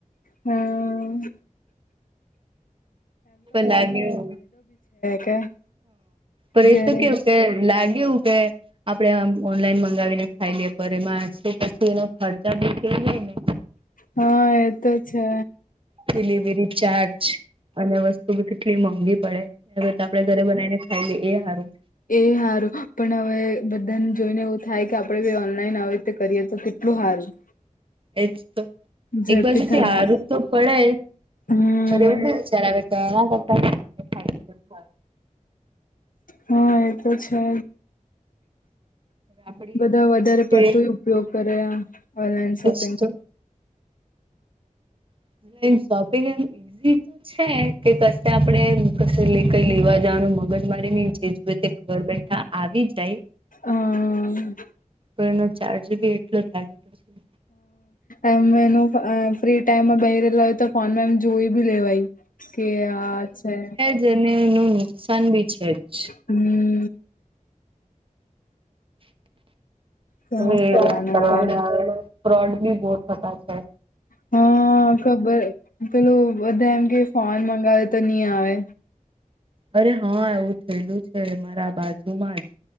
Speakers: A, on the left; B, on the right.
A: હમ.
B: પણ લાગે હ
A: કે
B: પણ
A: જયારે
B: એ તો કેવું કે લાગેવું કે. આપડે ઓનલાઈન મંગાવીને ખાઈ લઈએ પર એમાં શ પછી એનો ખર્ચા દખ જાય ને.
A: હા એતો છે.
B: ડિલિવરી ચાર્જ અને વસ્તુ કેટલી મોંઘી પડે. ગ આપે ઘરે બનાવીને ખાઈ લઈએ એ સારું.
A: એ સારું પણ હવે બધાને જોઈને એવું થાય કે આપડે ઓનલાઈન આવી રીતે કરીએ તો કેટલું સારું.
B: એજ તો
A: ઝડપી
B: એક બાજુથી
A: થાય
B: હારું તો પડે
A: હમ
B: એવું જ્યારે હ કરતા <unintelligible>
A: હા, એ તો છે.
B: આપડી
A: બધા વધારે
B: જે
A: પડતું ઉપયોગ કરે ઓનલાઈન શોપિંગ.
B: એજ તો ઓનલાઈન શોપિંગ એમ ઇઝી. છે કે કશે આપણેે ક કઈ લેવા જવાનું મગજ મારીને જેજ તે ઘર બેઠા. આવી જાય.
A: હમ.
B: તો એનો ચાર્જ બી એટલો જ લાગે પછી.
A: એ એનું ફ્રી ટાઈમમાં બેય રહેલા હોય તો ફોનમાં એમ જોઈ ભી લેવાય. કે આ છે.
B: જેને નું નુકસાન બી છે. જ
A: હમ. શું
B: હ
A: કરવાના હવે
B: ફ્રોડ બી બહુતા છે.
A: હા ખબર પેલોું બધા એમ કે ફોન મંગાવે તો નહી આવે.
B: અરે હા, એવું થયેલું છે મારા બાજુમાં જ